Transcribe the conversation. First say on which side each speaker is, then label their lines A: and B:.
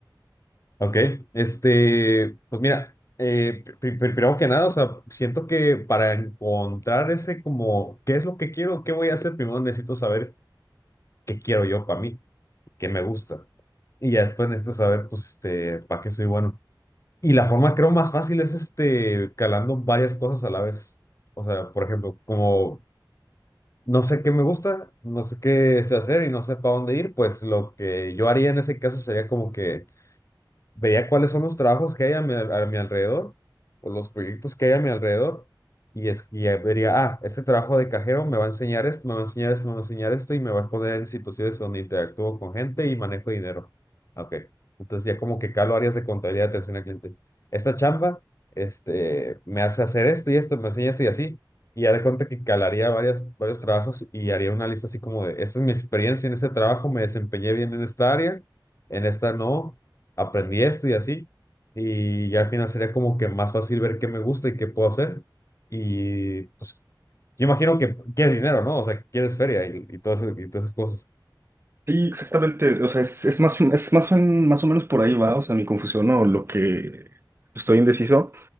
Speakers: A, on the left (about 40°); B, on the right (about 30°).
A: Ok, este, pues mira, eh, pri- pri- primero que nada, o sea, siento que para encontrar ese como, ¿qué es lo que quiero? ¿Qué voy a hacer? Primero necesito saber qué quiero yo para mí, qué me gusta. Y ya después necesito saber, pues, este, para qué soy bueno. Y la forma, creo, más fácil es, este, calando varias cosas a la vez. O sea, por ejemplo, como No sé qué me gusta, no sé qué sé hacer y no sé para dónde ir, pues lo que yo haría en ese caso sería como que vería cuáles son los trabajos que hay a mi, a mi alrededor o los proyectos que hay a mi alrededor y, es, y ya vería, ah, este trabajo de cajero me va a enseñar esto, me va a enseñar esto, me va a enseñar esto y me va a poner en situaciones donde interactúo con gente y manejo dinero. Ah, Ok, entonces ya como que calo áreas de contabilidad, atención al cliente. Esta chamba, este, me hace hacer esto y esto, me enseña esto y así. Y ya de cuenta que calaría varias, varios trabajos y haría una lista así como de, esta es mi experiencia en este trabajo, me desempeñé bien en esta área, en esta no aprendí esto y así. Y ya al final sería como que más fácil ver qué me gusta y qué puedo hacer. Y pues yo imagino que quieres dinero, ¿no? O sea, quieres feria y, y todas, esas- y todas esas cosas.
B: Sí, exactamente. O sea, es, es más, es más, o- más o menos por ahí va, o sea, mi confusión o lo que estoy indeciso.